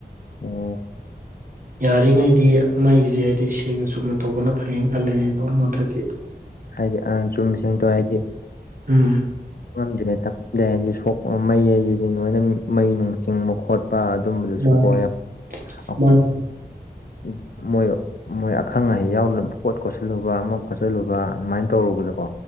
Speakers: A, on the left; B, on the right.
A: ꯑꯣ
B: ꯌꯥꯔꯤ ꯉꯩꯗꯤ ꯃꯩꯁꯦ ꯍꯥꯏꯗꯤ ꯁꯦꯡꯅ ꯆꯨꯝꯅ ꯇꯧꯕꯅ ꯐꯩꯌꯦꯅ ꯈꯜꯂꯦ <unintelligible> ꯃꯣꯠꯇꯗꯤ
A: ꯍꯥꯏꯗꯤ ꯑ ꯆꯨꯝꯃꯤꯁꯤꯡ ꯇꯣ ꯍꯥꯏꯗꯤ
B: ꯎꯝ
A: ꯉꯝꯗ꯭ꯔꯦ ꯇꯝꯗ꯭ꯔꯦ ꯍꯥꯏꯗꯤ ꯁꯣꯛꯄ ꯃꯩ ꯍꯥꯏꯁꯤꯗꯤ ꯂꯣꯏꯅ ꯃꯩ ꯅꯨꯡ ꯆꯤꯡꯕ ꯈꯣꯠ ꯄꯥ ꯑꯗꯨꯝꯕꯗ
B: ꯃꯥꯅꯤ
A: ꯁꯣꯛ <unintelligible>
B: ꯃꯥꯅꯤ
A: ꯃꯣꯏ ꯑꯈꯪ ꯑꯍꯩ ꯌꯥꯎꯗꯅ ꯄꯨꯡ ꯀꯣꯠ ꯀꯣꯠꯁꯤꯜꯂꯨꯕ ꯑꯃ ꯈꯣꯠꯆꯜꯂꯨꯕ ꯑꯗꯨꯃꯥꯏꯅ ꯇꯧꯔꯨꯕꯗꯀꯣ